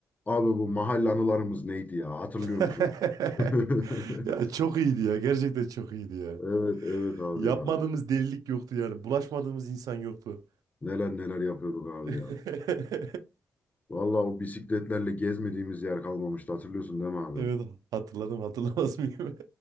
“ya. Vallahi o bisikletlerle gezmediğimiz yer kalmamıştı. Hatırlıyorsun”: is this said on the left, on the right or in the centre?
Left